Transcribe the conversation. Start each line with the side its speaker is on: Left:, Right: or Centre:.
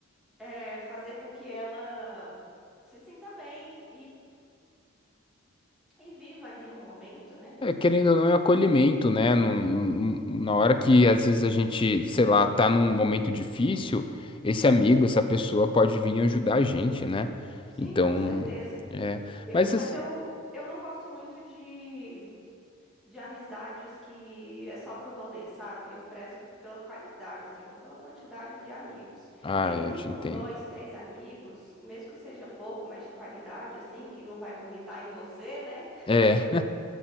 Centre: é, fazer com que ela se sinta bem E viva ali o momento, né?
Left: É, querendo ou não, é acolhimento, né? Num- num- na hora que às vezes a gente, sei lá, tá num momento difícil, esse amigo, essa pessoa pode vir ajudar a gente, né?
Centre: Sim,
Left: Então,
Centre: com certeza.
Left: é.
Centre: Eu,
Left: Mas,
Centre: mas
Left: as-
Centre: eu, eu não gosto muito de, de amizades que é só pro rolê, sabe? Eu prezo pela qualidade, assim, não pela quantidade de amigos.
Left: ah,
Centre: Ter um,
Left: eu te entendo.
Centre: dois, três amigos, mesmo que seja pouco, mas de qualidade, assim, que não vai vomitar em você, né?
Left: É.